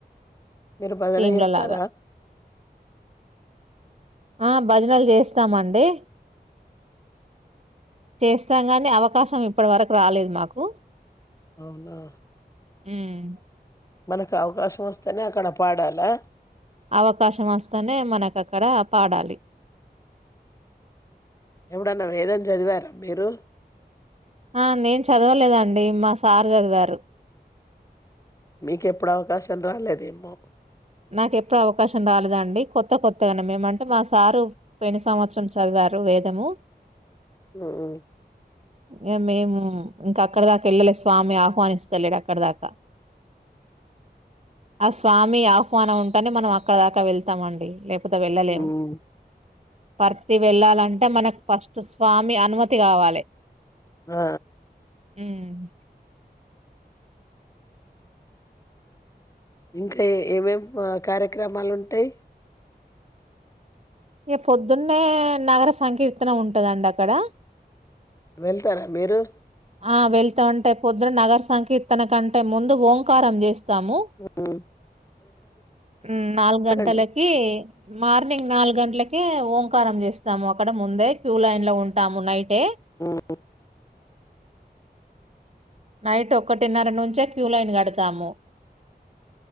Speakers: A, on the left (about 20°); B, on the right (about 40°).
A: మీరు భజన
B: టీమ్ల
A: ఎస్తారా
B: లాగా ఆ భజనల్ చేస్తామండి చేస్తాం గాని అవకాశం ఇప్పడి వరకు రాలేదు మాకు
A: ఔనా
B: ఉమ్
A: మనకు అవకాశం ఒస్తేనే అక్కడ పాడాలా
B: అవకాశం ఒస్తనే మనకక్కడ పాడాలి
A: ఎబుడన్న వేదం చదివారా మీరు
B: అ నేన్ చదవలేదండి మా సార్ జదివారు
A: మీకెప్పుడవకాశం రాలేదేమో
B: నాకెప్పుడు అవకాశం రాలేదండి కొత్త కొత్తగనే మేమంటే మా సారు పోన సంవత్సరం చదివ రు వేదము
A: ఆహ
B: ఇగ మేము ఇంకక్కడ దాకా ఎళ్ళలే స్వామి ఆహ్వానిస్తలేడు అక్కడ దాకా అ స్వామి ఆహ్వానం ఉంటనే మనం అక్కడ దాకా వెళ్తామండి లేప్ త వెళ్ళలేం
A: హ్మ్.
B: పర్తి వెళ్ళాలంటే మనక్ ఫస్ట్ స్వామి అనుమతి గావాలె
A: ఆ
B: ఉమ్
A: ఇంకా ఏమేమ కార్యక్రమాలు ఉంటయ్
B: గ పొద్దున్నే నగర సంకీర్తన ఉంటదండి అక్కడ
A: వెళ్తార మీరు
B: ఆ వెళ్తా అంటే పొద్దున నగర సంకీర్తన కంటే ముందు ఓంకారం జేస్ తము
A: హ్మ్.
B: ఉమ్ నాలుగు
A: గంటలకండి.
B: గంటలకకీ మార్నింగ్ నాలుగంట్లకే ఓంకారం జేస్తాము అక్కడ ముందే క్యూ లైన్ లో ఉంటాము నైట్ కే
A: ఒ
B: నైట్ ఒకటిన్నర నుంచె క్యూ లైన్ కడతాము